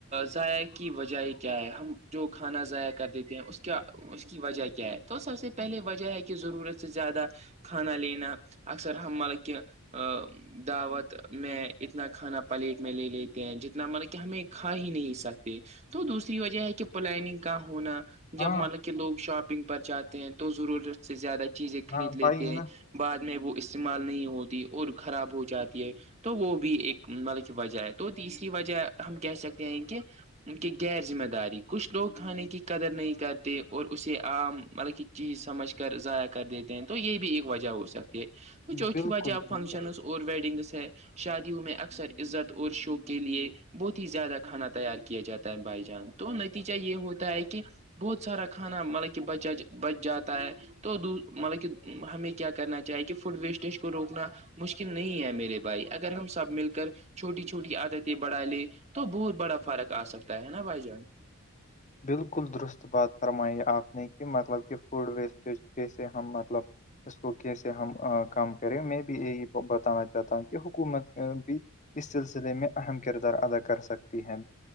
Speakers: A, on the right (about 30°); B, on the left (about 35°).
A: ذائع کی وجہ کیا ہے ہم جو کھانا ضائع کر دیتے ہیں اس کیا اس کی وجہ کیا ہے تو سب سے پہلے وجہ ہے کہ ضرورت سے زیادہ کھانا لینا اکثر ہم ملب کہ ہ <unintelligible> دعوت میں اتنا کھانا پلیٹ میں لے لیتے ہیں جتنا مطلب کہ ہمیں کھا ہی نہیں سکتے تو دوسری وجہ ہے کہ پلاننگ کا ہونا
B: ہاں
A: جب مانا کہ لوگ شاپنگ پر جاتے ہیں تو ضرورت سے زیادہ چیزیں خرید
B: ہاں
A: لیتے
B: بھائی ہے
A: ہیں
B: نا
A: بعد میں وہ استعمال نہیں ہوتی اور خراب ہو جاتی ہے تو وہ بھی ایک مطلب کی وجہ ہے تو تیسری وجہ ہم کہہ سکتے ہیں کہ ان کی غیر ذمہ داری کچھ لوگ کھانے کی قدر نہیں کرتے اور اسے عام مطلب کہ چیز سمجھ کر ضائع کر دیتے ہیں تو یہ بھی ایک وجہ ہو سکتی ہے تو چوتھی
B: بالکل
A: وجہ آ
B: بالکل
A: اور ویڈنگس سے ہے شادیوں میں اکثر عزت اور شوق کے لیے بہت ہی زیادہ کھانا تیار کیا جاتا ہے بھائی جان تو نتیجہ یہ ہوتا ہے کہ بہت سارا کھانا مطلب کہ بچا بچ جاتا ہے تو مطلب کہ ہمیں کیا کرنا چاہیے کہ فوڈ ویسٹیج کو روکنا مشکل نہیں ہے میرے بھائی اگر ہم سب مل کر چھوٹی چھوٹی عادتیں بڑھا لے تو بہت بڑا فرق آ سکتا ہے نا بھائی جان
B: بالکل درست بات فرمائی آپ نے کہ مطلب کہ فوڈ ویسٹیج کیسے ہم مطلب اس کو کیسے ہم کم کریں میں بھی یہی بتانا چاہتا ہوں کہ حکومت بھی اس سلسلے میں اہم کردار ادا کر سکتی ہیں